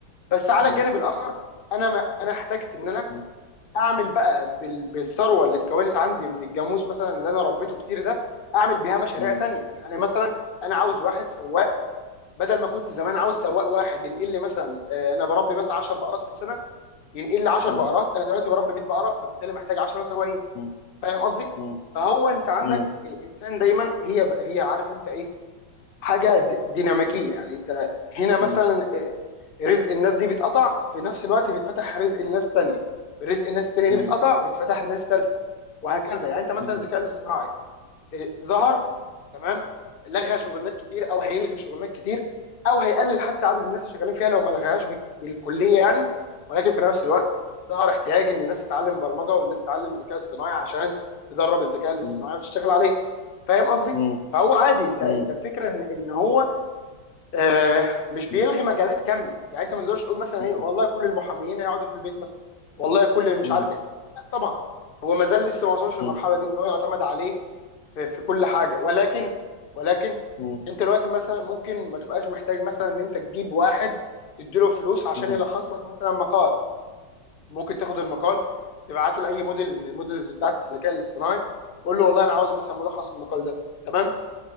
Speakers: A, on the left (about 55°); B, on the left (about 70°).
A: بس على
B: م-
A: الجانب الاخر انا ما انا احتجت ان انا
B: م-
A: اعمل بقى بال- بالثروه اللي اتكونت عندي من الجاموس مثلا اللي انا ربيته كتير ده اعمل بيها مشاريع
B: م.
A: تانية يعني مثلا انا
B: تمام
A: عاوز واحد سواق بدل ما كنت زمان عاوز سواق واحد ينقل لي مثلا آه، انا بربي مثلا 10 بقرات في السنه ينقل لي 10
B: م-
A: بقرات انا دلوقتي بربي 100 بقره فبالتالي محتاج 10 سواقين
B: م-
A: فاهم قصدي
B: م- م-
A: فهو انت عندك
B: م- م- م-
A: الانسان دايما هي هي عارف انت ايه حاجه د- ديناميكيه
B: م-
A: يعني انت هنا مثلا
B: م- م- م-
A: آه، رزق الناس دي بيتقطع في نفس الوقت بيتفتح رزق الناس تانية رزق الناس التانية
B: م-
A: دي بيتقطع بيتفتح ناس تالتة وهكذا يعني انت مثلا
B: م-
A: الذكاء
B: م-
A: الاصطناعي إيه، ظهر تمام لغى شغلانات كتير او هيلغي شغلانات كتير او هيقلل حتى عدد الناس اللي شغالين فيها لو ما لغاهاش بك- بالكليه يعني ولكن في نفس الوقت ظهر احتياج ان الناس تتعلم برمجه والناس تتعلم ذكاء اصطناعي عشان تدرب الذكاء الاصطناعي
B: م- م-
A: وتشتغل عليه فاهم قصدي؟
B: م-
A: فهو عادي انت
B: م-
A: انت الفكره ان ان هو آه مش بيلغي
B: مم.
A: مجالات كامله يعني انت ما تقدرش تقول مثلا
B: مم.
A: ايه والله كل المحاميين هيقعدوا في البيت مثلا والله كل اللي مش
B: مم.
A: عارف ايه لا طبعا هو ما زال لسه ما وصلش
B: مم.
A: للمرحله دي ان هو يعتمد عليه في, في كل حاجه ولكن ولكن
B: مم.
A: انت دلوقتي مثلا ممكن ما تبقاش محتاج مثلا ان انت تجيب واحد تديله فلوس عشان
B: مم.
A: يلخص لك مثلا مقال ممكن تاخد المقال تبعته لاي موديل من الموديلز بتاعت الذكاء الاصطناعي قول له والله انا عاوز مثلا ملخص المقال ده تمام